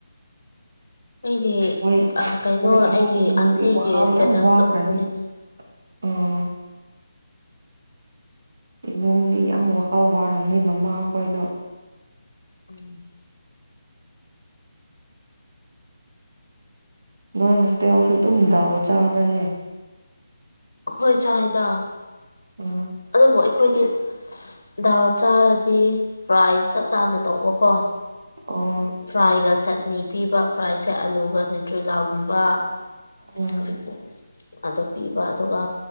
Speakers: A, on the left (about 85°); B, on the right (about 55°).
A: ꯑꯩꯗꯤ
B: ꯃꯣꯏ
A: ꯀꯩꯅꯣ
B: ꯃꯣꯏ
A: ꯑꯩꯒꯤ
B: ꯏꯃꯨꯡ ꯃꯅꯨꯡꯒꯤ
A: ꯑꯟꯇꯤꯒꯤ
B: ꯋꯥꯈꯜ
A: ꯏꯁꯇꯦꯇꯁꯇꯣ
B: ꯌꯥꯝ ꯋꯥꯈ꯭ꯔꯅꯤ
A: ꯎꯕꯒꯤꯅꯦ
B: ꯑꯥ
A: ꯎ
B: ꯏꯕꯨꯡꯗꯤ ꯌꯥꯝ ꯋꯥꯈꯥꯎ ꯋꯥꯔꯝꯅꯤ ꯃꯃꯥ ꯑꯩꯈꯣꯏꯗꯣ
A: ꯎꯝ
B: ꯅꯣꯏ ꯍꯣꯁꯇꯦꯜꯦꯜꯁꯨ ꯑꯗꯨꯝ ꯗꯥꯎ ꯆꯥꯕ꯭ꯔꯅꯦ
A: ꯍꯣꯏ ꯆꯗ
B: ꯎꯝ
A: ꯑꯗꯨ ꯑꯩꯈꯣꯏꯗꯤ ꯗꯥꯜ ꯆꯥꯔꯗꯤ ꯐ꯭ꯔꯥꯏ ꯆꯞ ꯆꯥꯅ ꯇꯧꯕꯀꯣ
B: ꯑꯣ
A: ꯐ꯭ꯔꯥꯏꯒ ꯆꯠꯅꯤ ꯄꯤꯕ ꯐ꯭ꯔꯥꯏꯁꯦ ꯑꯂꯨꯒ ꯇ꯭ꯔꯤꯂꯥꯒꯨꯝꯕ <unintelligible>
B: ꯎꯝ
A: ꯑꯗꯨ ꯄꯤꯕ ꯑꯗꯨꯒ